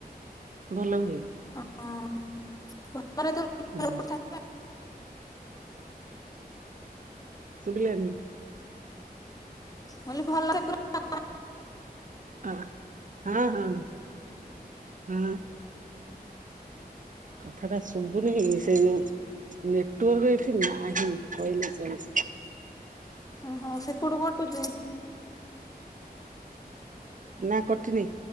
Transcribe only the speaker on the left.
ହଁ
<unintelligible>
ମୁ ଭଲ ସେ ପୁର
ଓହୋ ସେପଟୁ କଟୁଛି